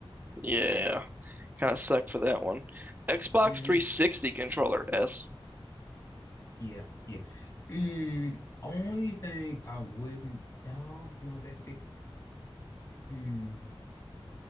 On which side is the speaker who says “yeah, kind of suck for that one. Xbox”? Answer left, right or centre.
Right